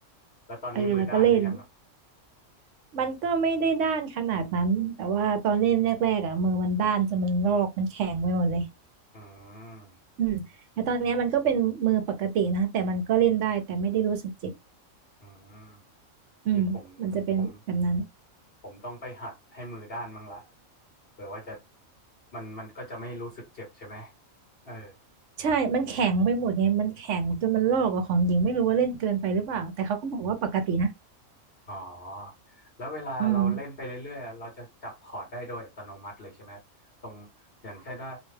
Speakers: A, on the left; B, on the right.
A: แล้วตอนนี้มือด้านหรือยังครับ
B: เออแล้วก็เล่นมันก็ไม่ได้ด้านขนาดนั้นแต่ว่าตอนเล่นแรกๆอ่ะมือมันด้านจนมันลอกมันแข็งไปหมดเลย
A: อืม
B: อืมแต่ตอนเนี้ยมันก็เป็นมือปกตินะแต่มันก็เล่นได้แต่ไม่ได้รู้สึกเจ็บ
A: อืม
B: อืมมันจะเป็นแบบนั้น
A: นี่ผมผมผมต้องไปหัดให้มือด้านมั้งละเผื่อว่าจะมันมันก็จะไม่รู้สึกเจ็บใช่ไหมเออ
B: ใช่ มันแข็งไปหมดไง มันแข็งจนมันลอกกับของหญิงไม่รู้ว่าเล่นเกินไปหรือเปล่าแต่เขาก็บอกว่าปกตินะ
A: อ๋อแล้วเวลาเราเล่นไปเรื่อยๆอะเราจะจับคอร์ดได้โดยอัตโนมัติเลยใช่ไหมครับตรงอย่างเช่นว่า
B: อืม